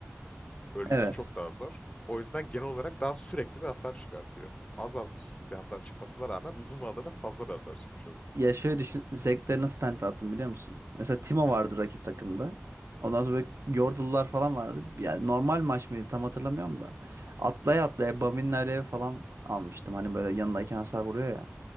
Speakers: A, on the left; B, on the right.
A: ölmesi
B: Evet.
A: çok daha zor. O yüzden genel olarak daha sürekli bir hasar çıkartıyor. Az az bir hasar çıkmasına rağmen uzun vadede fazla bir hasar çıkmış oluyor.
B: Ya şöyle düşün Zek'le nasıl penta attım biliyor musun? Mesela Timo
A: Hı
B: vardı rakip takımda. Ondan sonra böyle Yordle'lar falan vardı. Yani normal maç mıydı tam hatırlamıyorum da. Atlaya atlaya Bamin'le alev falan almıştım. Hani böyle yanındaki hasar vuruyor ya.